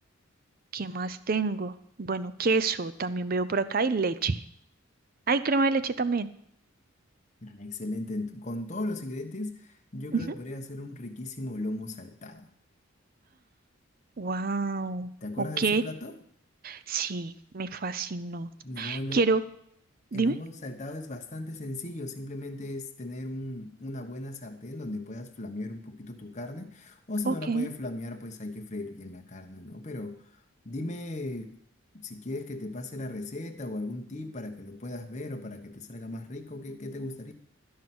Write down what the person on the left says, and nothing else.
Ah, Excelente. Ent- Con todos los ingredientes, yo
creo que podría hacer un riquísimo lomo saltado.
¿Te acuerdas
de ese plato?
No, el lomo.
El lomo saltado es bastante sencillo, simplemente es tener un- una buena sartén donde puedas flamear un poquito tu carne, o si
no la puedes flamear, pues hay que freír bien la carne, ¿no? Pero dime si quieres que te pase la receta o algún tip para que lo puedas ver o para que te salga más rico, ¿qué, qué te gustaría?